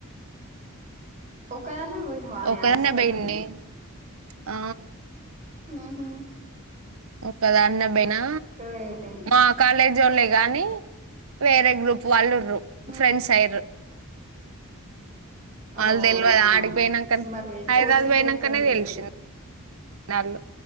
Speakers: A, on the right; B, on the right.
A: ఒక్క దానివే ఉ పోయినవానే
B: ఒకదాన్నే
A: హాస్టల్
B: పోయింది
A: కి
B: ఆ
A: ఉహా
B: ఒక్కదాన్నే బైనా
A: గ్రేటే
B: మా కాలేజ్ జోన్లే గాని వేరే గ్రూప్ వాళ్లు రు
A: ఉమ్
B: ఫ్రెండ్స్ అయ్యిర్రు
A: ఓ
B: ఆళ్ళు దెల్వద్
A: అవునా
B: ఆడికి పోయినంక
A: మరి
B: హైదరాబాద్
A: కోచింగ్
B: పోయినంకనే
A: ఎట్లుండే
B: తెలిసింది. నల్లు